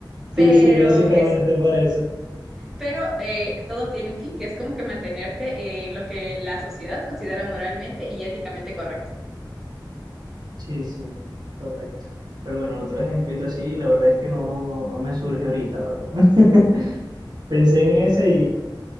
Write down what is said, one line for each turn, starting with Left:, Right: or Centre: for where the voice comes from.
Right: Sí,
Centre: Pero
Right: sí, básicamente
Centre: es,
Right: por eso.
Centre: pero eh, todo tiene un fin, que es como que mantenerte en lo que la sociedad considera moralmente y éticamente correcto.
Right: Sí, sí, correcto. Pero bueno, otro ejemplito así, la verdad es que no, no me surge ahorita, la verdad. <laughs> Pensé en ese y,